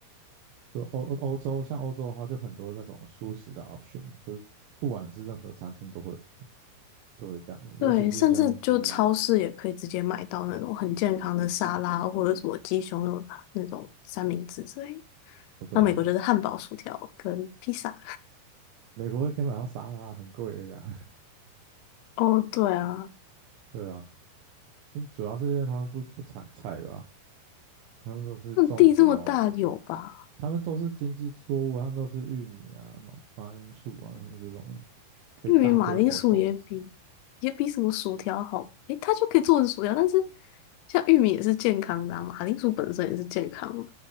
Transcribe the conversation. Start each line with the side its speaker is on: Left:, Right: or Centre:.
Right: 就欧欧欧洲像欧洲的话，就很多那种舒食的 option，就是不管是任何餐厅都会。对，这样，
Left: 对，
Right: 尤其是像是
Left: 甚至就超市也可以直接买到那种很健康的沙拉，或者什么鸡胸肉啊那种三明治之类的。
Right: 哦，对啊，
Left: 那美国就是汉堡、薯条跟披萨。
Right: 美国可以买到沙拉，很贵的呀，
Left: 哦，对啊，
Right: <laughs> 对啊，就主要是因为他们不不产菜吧，他们都是种什么，
Left: 那地这么大有吧？
Right: 他们都是经济作物，他们都是玉米啊、马马铃薯啊什么这种可以大规模种植，
Left: 玉米、马铃薯也比也比什么薯条好，诶，它就可以做成薯条，但是像玉米也是健康的啊，马铃薯本身也是健康的啊，